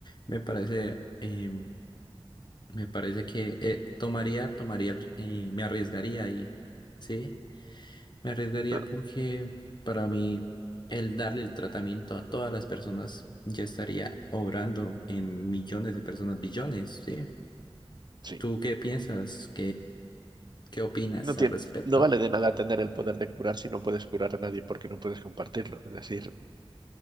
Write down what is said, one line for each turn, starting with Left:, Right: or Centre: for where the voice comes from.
Left: Me parece, eh, me parece que eh, tomaría, tomaría, el- eh, me arriesgaría ahí, ¿sí? Me arriesgaría
Right: Eh,
Left: porque para mí el darle el tratamiento a todas las personas ya estaría obrando en millones de personas, billones, ¿sí?
Right: Sí,
Left: ¿Tú qué piensas? ¿Qué opinas
Right: No tiene,
Left: al respecto?
Right: no vale de nada tener el poder de curar si no puedes curar a nadie porque no puedes compartirlo. Es decir,